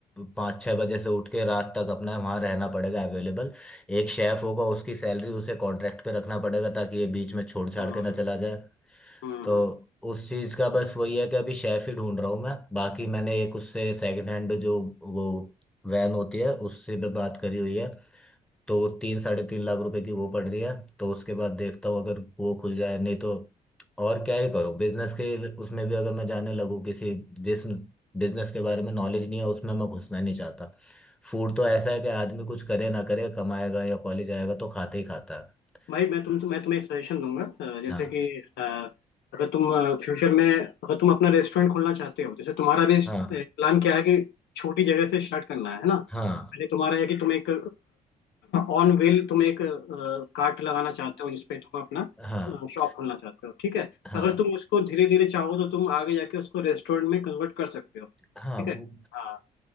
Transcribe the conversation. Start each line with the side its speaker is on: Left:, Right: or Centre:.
Centre: पाँच छः बजे से उठ के रात तक अपना वहाँ रहना पड़ेगा अवेलेबल एक शेफ़ होगा उसकी सैलरी उसे कॉन्ट्रैक्ट पे रखना पड़ेगा ताकि ये बीच में छोड़ छाड़
Left: हाँ
Centre: के ना चला जाए
Left: हाँ
Centre: तो
Left: हाँ
Centre: उस चीज़ का बस वही है कि अभी शेफ़ ही ढूंढ रहा हूँ मैं बाकी मैंने एक उससे सेकंड हैंड जो वो वैन होती है उससे भी बात करी हुई है तो तीन साढ़े तीन लाख रुपए की वो पड़ रही है तो उसके बाद देखता हूँ अगर वो खुल जाए नहीं तो और क्या ही करूँ बिजनेस के उसमें भी अगर मैं जाने लगूँ किसी जिस बिजनेस के बारे में नॉलेज नहीं है उसमें मैं घुसना नहीं चाहता फूड तो ऐसा है कि आदमी कुछ करे ना करे कमाएगा या कॉलेज आएगा तो खाते ही खाता है
Left: भाई मैं तुम मैं तुम्हें एक सजेशन दूंगा अ, जैसे
Centre: हाँ
Left: कि अ, अगर तुम फ्यूचर में अगर तुम अपना रेस्टोरेंट खोलना चाहते हो जैसे तुम्हारा भी
Centre: हाँ
Left: प्लान क्या है कि छोटी जगह से स्टार्ट करना है है ना
Centre: हाँ
Left: पहले तुम्हारा है कि तुम एक ऑन व्हील <clears throat> तुम एक कार्ट लगाना चाहते हो जिसपे तुम अपना
Centre: हाँ
Left: शॉप खोलना चाहते हो ठीक है
Centre: हाँ
Left: अगर तुम उसको धीरे धीरे चाहो तो तुम आगे जाके उसको रेस्टोरेंट में कन्वर्ट कर सकते हो ठीक
Centre: हाँ वो
Left: है हाँ